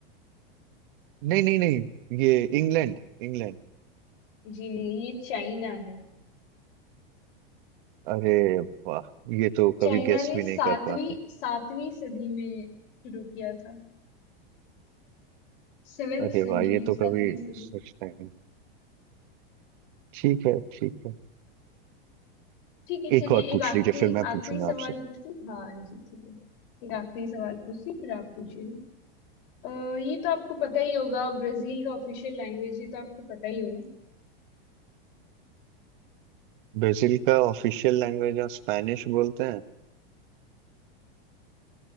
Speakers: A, on the right; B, on the left.
A: नहीं नहीं नहीं ये इंग्लैंड इंग्लैंड
B: जी नहीं ये चाइना है
A: अरे वाह ये तो
B: चाइना
A: कभी गेस
B: ने
A: भी
B: सातवीं
A: नहीं कर पाता
B: सातवीं सदी में शुरू किया था सेवेंथ
A: अरे
B: सेंचुरी
A: वाह ये तो
B: सातवीं
A: कभी
B: सदी
A: सोचता ही नहीं ठीक है ठीक है
B: ठीक है
A: एक
B: चलिए
A: और
B: एक
A: पूछ
B: आखिरी
A: लीजिए फिर मैं
B: आखिरी
A: पूछूंगा
B: सवाल
A: आपसे
B: पूछती हाँ जी ठीक है एक आखिरी सवाल पूछती फिर आप पूछिए अ, ये तो आपको पता ही होगा ब्राजील का ऑफिशियल लैंग्वेज ये तो आपको पता ही होगा
A: ब्राजील का ऑफिशियल लैंग्वेज और स्पेनिश बोलते हैं